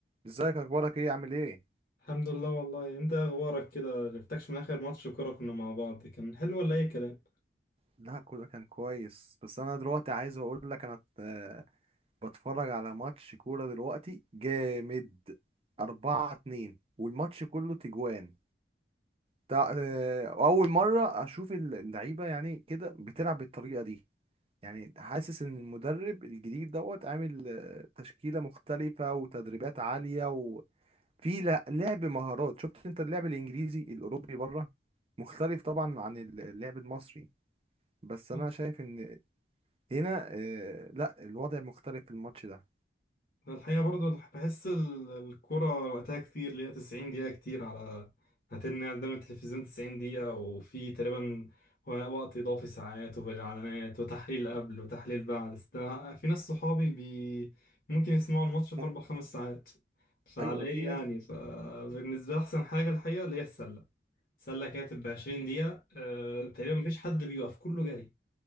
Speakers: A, on the right; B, on the left.
A: ازيك اخبارك ايه عامل ايه
B: الحمد لله والله انت اخبارك كده جبتكش من اخر ماتش كوره كنا مع بعض كان حلو ولا اي كلام
A: لا كله كان كويس بس انا دلوقتي عايز اقول لك انا آه، بتفرج على ماتش كورة دلوقتي جامد أربعة اتنين والماتش كله تجوان تع... آه، اول مرة اشوف اللعيبة يعني كده بتلعب بالطريقة دي يعني حاسس ان المدرب الجديد دوت عامل آه، تشكيلة مختلفة وتدريبات عالية وفي لا- لعب مهارات شفت انت اللعب الانجليزي الاوروبي بره مختلف طبعا عن اللعب المصري بس
B: لا،
A: انا شايف ان هنا آه، لا الوضع مختلف في الماتش ده
B: الحقيقه برضو بحس ال- الكوره وقتها كتير اللي هي 90 دقيقه كتير على هتلنا قدام التلفزيون 90 دقيقه وفي تقريبا و- وقت اضافي ساعات وبالاعلانات وتحليل قبل وتحليل بعد است- في ناس صحابي بي ممكن يسمعوا الماتش في
A: م-
B: اربع خمس ساعات فعلى
A: ايوه
B: ايه
A: في ناس
B: يعني فبالنسبه لي احسن حاجه الحقيقه اللي هي السله سله كده تبقى 20 دقيقه آه، تقريبا مفيش حد بيوقف كله جري